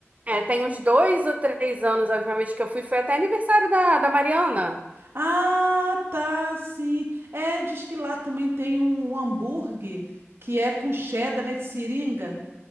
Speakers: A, on the right; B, on the right.
A: É, tem uns dois ou três anos, a última vez que eu fui, foi até aniversário da, da Mariana.
B: Ah, tá, sim. É, diz que lá também tem um hambúrguer que é com cheddar, né, de seringa.